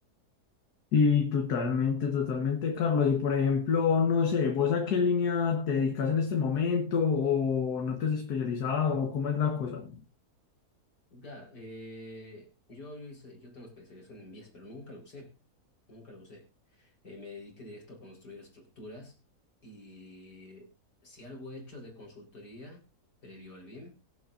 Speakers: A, on the left (about 75°); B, on the left (about 85°).
A: y totalmente, totalmente, Carlos, y por ejemplo, no sé, vos a qué línea te dedicas en este momento o no te has especializado o cómo es la cosa.
B: Claro, eh, yo, yo hice, yo tengo especialización en vías, pero nunca lo usé, nunca lo usé. Eh, me dediqué directo a construir estructuras y si algo he hecho de consultoría previo al BIM